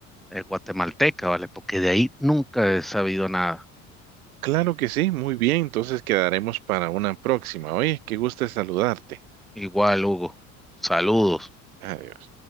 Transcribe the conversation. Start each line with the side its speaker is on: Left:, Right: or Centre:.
Centre: eh, guatemalteca, ¿vale? Porque de ahí nunca he sabido nada.
Right: Claro que sí, muy bien. Entonces quedaremos para una próxima. Oye, qué gusto saludarte.
Centre: Igual, Hugo. Saludos.
Right: Adiós.